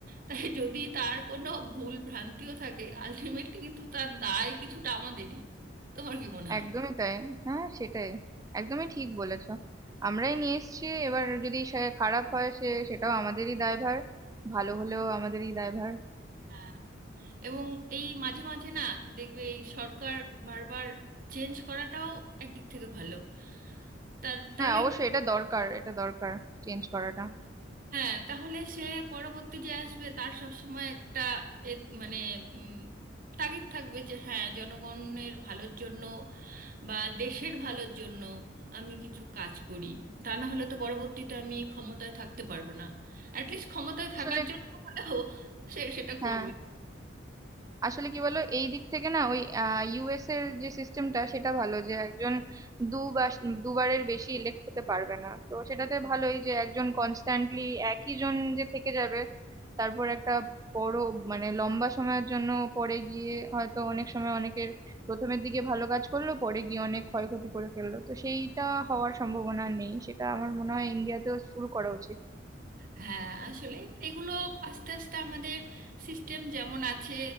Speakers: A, on the right; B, on the right.
A: তাই যদি তার কোনো ভুল ভ্রান্তিও থাকে আলটিমেটলি কিন্তু তার দায় কিছুটা আমাদেরই তোমার কি মনে হয়
B: একদমই তাই হ্যাঁ সেটাই একদমই ঠিক বলেছো আমরাই নিয়ে এসেছি এবার যদি সে খারাপ হয় সে সেটাও আমাদেরই দায়ভার ভালো হলেও আমাদেরই দায়ভার
A: হ্যাঁ। এবং এই মাঝে মাঝে না দেখবে এই সরকার বারবার চেঞ্জ করাটাও একদিক থেকে ভালো তার তাহলে
B: হ্যাঁ অবশ্যই এটা দরকার এটা দরকার চেঞ্জ করাটা
A: হ্যাঁ তাহলে সে পরবর্তী যে আসবে তার সবসময় একটা এ মানে উম, তাগিদ থাকবে যে হ্যাঁ জনগণের ভালোর জন্য বা দেশের ভালোর জন্য আমি কিছু কাজ করি তা না হলে তো পরবর্তীতে আমি ক্ষমতায় থাকতে পারবো না অ্যাটলিস্ট ক্ষমতায়
B: আসলে
A: থাকার জন্য হলেও সে সেটা
B: হ্যাঁ
A: করবে
B: আসলে কি বলো এই দিক থেকে না ওই ইউএস এর যে সিস্টেমটা সেটা ভালো যে একজন দুবার দুবারের বেশি ইলেক্ট হতে পারবে না তো সেটাতে ভালোই যে একজন কনস্ট্যান্টলি একই জন যে থেকে যাবে তারপর একটা বড় মানে লম্বা সময়ের জন্য পরে গিয়ে হয়তো অনেক সময় অনেকের প্রথমের দিকে ভালো কাজ করলো পরে গিয়ে অনেক ক্ষয়ক্ষতি করে ফেললো তো সেইটা হওয়ার সম্ভাবনা নেই সেটা আমার মনে হয় ইন্ডিয়াতেও শুরু করা উচিত
A: হ্যাঁ আসলে এবার এগুলো আস্তে আস্তে আমাদের সিস্টেম যেমন আছে